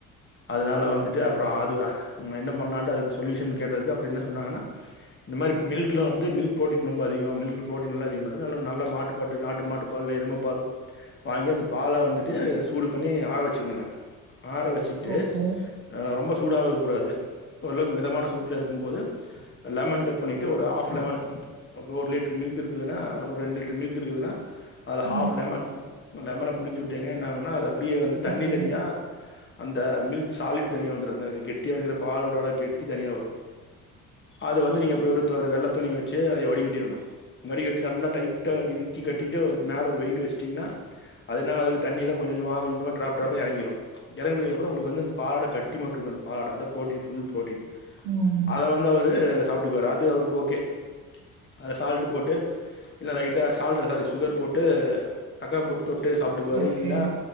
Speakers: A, on the left; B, on the right.
A: அதனால வந்துட்டு அப்றம் அது ம் என்ன பண்லான்ட்டு அதுக்கு சொலூஷன் கேட்டதுக்கு அப்ற என்ன சொன்னாங்னா இந்த மாரி மில்க்ல வந்து மில்க் ப்ரோட்டீன் ரொம்ப அதி <unintelligible> மில்க்ல புரோட்டீன் நல்ல அதிகமாருக்கு நல் நல்ல மாட்டு பட்டு நாட்டு மாட்டுப்பால் இல்ல எரும பால் வாங்கி அந்த பால வந்து துட்டு சூடு பண்ணி ஆர வச்சுக்குணுங்க ஆற வச்சுக்கிட்டு
B: ஓகே
A: அ ரொம்ப சூடாவ <unintelligible> கூடாது ஒரளவுக்கு மிதமான சூட்ல இருக்கும்போது லெமன் கட் பண்ணிட்டு ஒரு ஆஃப் லெமன் ஒரு லிட் ட்ரு மில்க் இருக்குதுன்னா ஒரு ரெண்டு லிட்ரு மில்க் இருக்குதுனா அதுல
B: ம்
A: ஹாஃப் லெமன் லெமன புழிஞ்சு உட்டிங்னா என்ன குனா அது அப்டியே வந்து தண்ணி
B: ஓகே
A: தனியா அந்த மில்க் சாலிட் தனியா வந்துரு அந்த கெட்டியா இருக்குற பால்டோட கெட்டி தனியா வரு அது வந்து நீங்கப் ஒருத் ஒரு வெள்ள துணி வச்சு அதய வடிகட்டிடணு வடிகட்டி நல்லா டைட்டா இருக்கி கட்டிட்டு அது மேல ஒரு வெயிட் வச்சுட்டிங்னா அதுனா அது தண்ணிலா கொஞ் கொஞ்சமா கொஞ் கொஞ்சமா ட்ராப் ட்ராப்பா எறங்கிரு எறங்னதுக்கப்றம் உங்குளுக்கு வந்து அந்த பாலாடக் கட்டி மட்டு இருக்கு அந்த பாலாட அதா புரோட்டீன் ஃபுல் புரோட்டீன்
B: ம்
A: அத வந்து அவுரு சாப்ட்டுக்குவாரு அது அவுருக்கு ஓகே அத சால்ட்டு போட்டு இல்ல லைட்டா சால்ட்ல சாரி சுகர் போட்டு சக்கர போட்டு தொட்டு சாப்ட்டுக்குவாரு
B: ஓகே
A: இல்லின்னா